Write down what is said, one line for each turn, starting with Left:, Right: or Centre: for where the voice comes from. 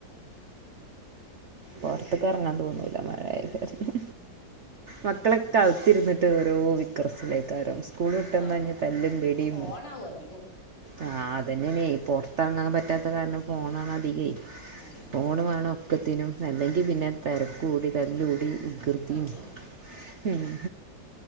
Right: പൊർത്ത്ക്കെറങ്ങാൻ തോന്നൂല്ലാ മഴയായത് കാരണം മക്കളൊക്കെ അകത്തിരുന്ന്ട്ടൊ ട്ടോരൊ വിക്രസിലായിക്കാരം സ്കൂള് വിട്ട് വന്നാ
Left: ആഹ്
Right: ഇഞ്ഞി തല്ലും പിടിയും
Left: ഫോണാവും അധികും
Right: ആ അതന്നേണേ പൊർ ത്തർങ്ങാൻ പറ്റാത്ത കാരണം ഫോണാണ് അധികെയ്
Left: ആഹ്
Right: ഫോൺ വേണം ഒക്കത്തിനും അല്ലങ്കി പിന്നെ തെരക്ക് കൂടി തല്ലൂടി കൃതിം
Left: ആഹ്
Right: പിന്നെ